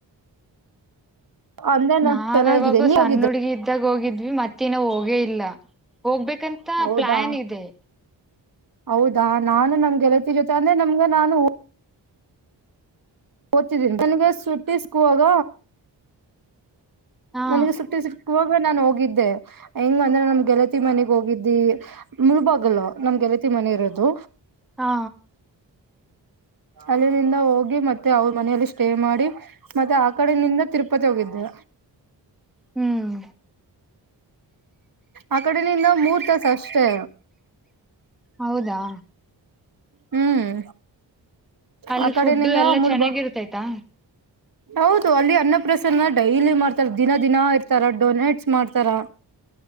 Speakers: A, on the right; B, in the centre.
A: ಅಂದ್ರೆ ನಮ್
B: ನಾವ
A: ಚೆನ್ನಾಗಿದೆ
B: ಯಾವಾಗೂ
A: ನೀವ್
B: ಸಣ್ಣ
A: ಹೋಗಿದ್ರ
B: ಹುಡ್ಗಿ ಇದ ತ್ತಾಗ ಹೋಗಿದ್ವಿ ಮತ್ತೇನೋ ಹೋಗೇ ಇಲ್ಲ ಹೋಗ್ಬೇಕಂತ
A: ಹೌದಾ
B: ಪ್ಲಾನ್ ಇದೆ
A: ಹೌದಾ ನಾನು ನಮ್ ಗೆಲತಿ ಜೊತೆ ಅಂದ್ರೆ ನಮ್ಗ್ ನಾನು ಓದ್ತಿದ್ದೀನಿ ನನಗ ಸುಟ್ಟಿ ಸಿಕ್ವಾಗ
B: ಹಾ
A: ನನಗೆ ಸುಟ್ಟಿ ಸಿ ಕುವಾಗ ನಾನ್ ಹೋಗಿದ್ದೆ ಹೆಂಗ ಅಂದ್ರೆ ನಮ್ ಗೆಲತಿ ಮನೆಗ್ ಹೋಗಿದ್ದೀ ಮೂಳ್ಬಾಗ್ಲೂ ನಮ್ಗೆಲತಿ ಮನೆ ಇರೋದು
B: ಹಾ
A: ಅಲ್ಲಿನಿಂದ ಹೋಗಿ ಮತ್ತೆ ಅವ್ರ್ ಮನೆಯಲ್ಲಿ ಸ್ಟೇ ಮಾಡಿ ಮತ್ತೆ ಆ ಕಡೆನಿಂದ ತಿರುಪತಿ ಹೋಗಿದ್ದೆ
B: ಹ್ಮ್
A: ಆ ಕಡೆನಿಂದ ಮೂರ್ ತಾಸ್ ಅಷ್ಟೇ
B: ಹೌದಾ
A: ಹ್ಮ್
B: ಅಲ್ಲಿ
A: ಆ ಕಡಿನಿಂದ
B: ಫುಡ್ ಎಲ್ಲಾ
A: ಮುಳಬ
B: ಚೆನ್ನಾಗಿರ್ತೈತಾ
A: ಹೌದು ಅಲ್ಲಿ ಅನ್ನಪ್ರಸನ್ನ ಡೈಲಿ ಮಾಡ್ತಾರ ದಿನ ದಿನ ಇರ್ತಾರ ಡೊನೇಟ್ಸ್ ಮಾಡ್ತಾರ